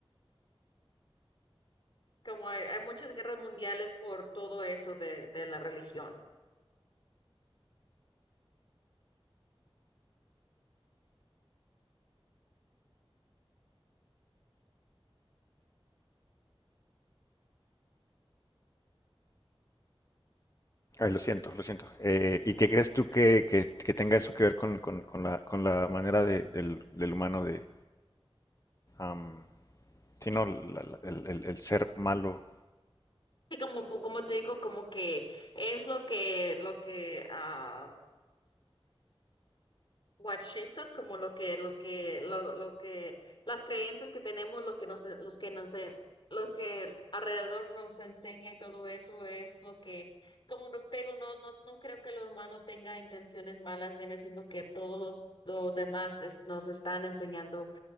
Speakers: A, on the left; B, on the left.
A: Como hay, hay muchas guerras mundiales por todo eso de, de la religión.
B: ay, lo siento, lo siento. Eh, ¿y qué crees tú que, que- que tenga eso que ver con, con- con la, con la manera de- del, del humano de, am, sí, no, la- la- el, el- el ser malo?
A: Y como, como te digo, como que es lo que, lo que, ah, what shapes us, como lo que, los que, lo, lo que, las creencias que tenemos, lo que nos, los que nos, eh, lo que alrededor nos enseña y todo eso es lo que, como no te digo, no, no, no creo que el humano tenga intenciones malas, viene siendo que todos los, los demás es- nos están enseñando